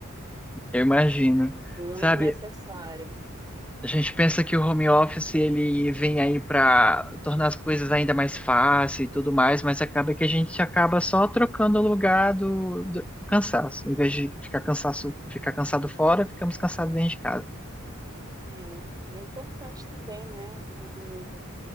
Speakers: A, in the centre; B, on the right (about 20°).
A: eu imagino.
B: muito
A: Sabe,
B: necessário.
A: a gente pensa que o home office ele vem aí para tornar as coisas ainda mais fáceis e tudo mais, mas acaba que a gente acaba só trocando o lugar do, do, do cansaço. Em vez de ficar cansaço, ficar cansado fora, ficamos cansados dentro de casa.
B: É, e é importante também, né, amigo?